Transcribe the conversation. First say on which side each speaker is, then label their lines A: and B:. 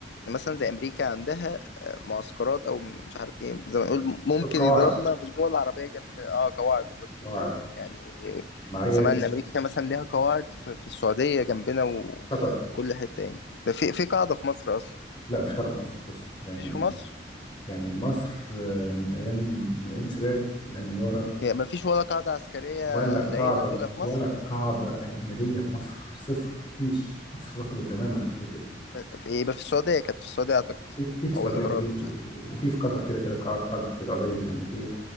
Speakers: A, on the left (about 65°); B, on the left (about 30°).
A: مثلا زي امريكا عندها آه، معسكرات او مش عارف ايه زي ما نقول
B: بس
A: ممكن
B: قواعد
A: يضربنا من الدول العربيه جنب اه قواعد بالظبط
B: قواعد
A: يعني
B: مع هي
A: انا سمعت ان امريكا مثلا ليها قواعد في, في السعوديه جنبنا وفي
B: قطر
A: كل حته يعني ده في في قاعده في مصر اصلا
B: لا مش قطر في مصر بص يعني
A: مفيش في مصر
B: يعني مصر آه، من ايام من ايام السادات من ايام مبارك
A: يعني مفيش ولا قاعده عسكريه
B: ولا
A: لاي
B: قاعده
A: دوله في
B: ولا
A: مصر
B: قاعده اجنبيه في مصر صفر مفيش مصر رفضت تماما الفكره دي.
A: ب- يبقى في السعوديه كانت في السعوديه اعتقد
B: في في في السعوديه
A: او الامارات
B: وفي
A: مش عارف
B: وفي في قطر كده كده قاع- قاعده العديد الامريكيه